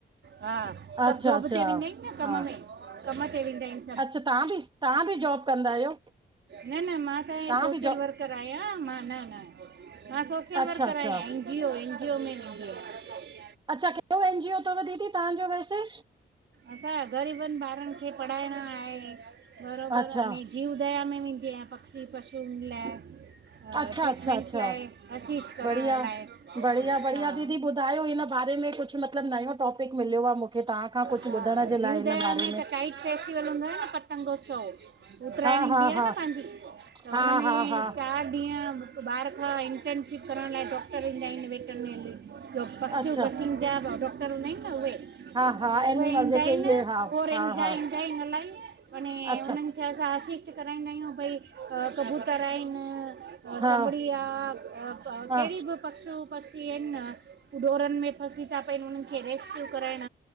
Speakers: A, on the right; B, on the right.
A: हा। सभ
B: अच्छा
A: जॉब
B: अच्छा
A: ते वेंदा आहिन न कम
B: हा
A: में कम ते वेंदा आहिन।
B: अच्छा ततां बि। तव्हां बि जॉब कंदा आहियो
A: न न मां त
B: तव्हां
A: सोशल
B: बि जॉब
A: वर्कर आयां मां न न। मां सोशल
B: अच्छा
A: वर्कर
B: अच्छा
A: आहियां N G O N G O में वेंदी आयां।
B: अच्छा केहड़ो एन जीओ अथव दीदी तांजो वैसे?
A: असां ग़रीबन ॿारन खे पढ़ाइण आहे बरोबर
B: अच्छा
A: अने। जीव उदया में वेंदी आयां पक्षी पशूयूं लाइ।
B: अच्छा
A: ट्रीटमेंट
B: अच्छा अच्छा
A: लाइ असिस्ट करण
B: बढ़िया
A: लाइ
B: बढ़िया बढ़िया
A: हा।
B: दीदी ॿुधायो हिन बारे में कुझु मतिलबु नयो टॉपिक मिलियो आहे मूंखे तव्हां खां कुझु
A: हा
B: ॿुधण जे लाइ
A: जीव
B: हिन
A: दया
B: बारे
A: में त काई। फेस्टिवल हूंदो आ न पतंगोत्सव। उतराइण
B: हा
A: ईंदी
B: हा
A: आ
B: हा
A: न पांजी त
B: हा
A: हुनमें
B: हा हा
A: चार ॾींहं। बार खा इंटर्नशिप करन लाए डॉक्टर ईंदा आईन वेटनेल। त पशू
B: अच्छा
A: पशीनजा डॉक्टर उंदीआहीन न उहे।
B: हा हा एनिमल
A: उहे ईंदा
B: जेके
A: ही
B: इहे
A: न
B: हा
A: फोरेन
B: हा
A: जा
B: हा
A: ईंदा आहिन इलाही। ए
B: अच्छा
A: उन्हनखे असां असिस्ट कराईंदायूं भई। कबूतर आहिन
B: हा
A: समड़ी आ केहड़ी
B: हा
A: बि पशू। पक्षी आहिन उॾोरन में फसी था पहिन। खे रेस्क्यू कराइण